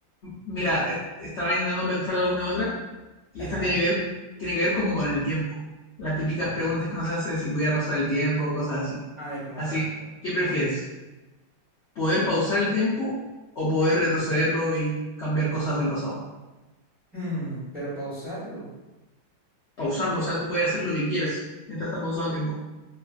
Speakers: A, on the left; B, in the centre.
A: Mira, eh, estaba intentando pensar alguna otra y
B: Ajá.
A: esta tiene que ver, tiene que ver como con el tiempo. Las típicas preguntas que nos hace si pudiera pasar el tiempo, cosas así.
B: A ver, ¿cómo
A: Así,
B: cuál, cómo cuál?
A: ¿qué prefieres? ¿Poder pausar el tiempo o poder retrocederlo y cambiar cosas del pasado?
B: Hmm, pero pausarlo.
A: Pausarlo, o sea, tú puedes hacer lo que quieres mientras está pausado el tiempo.